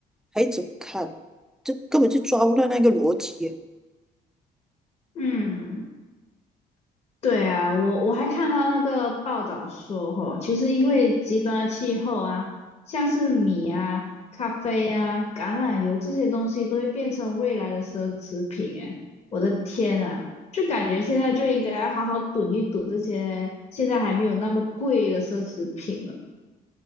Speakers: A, in the centre; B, on the left.
A: 还怎么看？这根本就抓不到那个逻辑耶。
B: 嗯。对啊，我我还看到那个报道说，吼，其实因为极端的气候啊，像是米啊、咖啡啊、橄榄油这些东西都会变成未来的奢侈品。哎，我的天啊，就感觉现在就应该要好好囤一囤这些现在还没有那么贵的奢侈品了。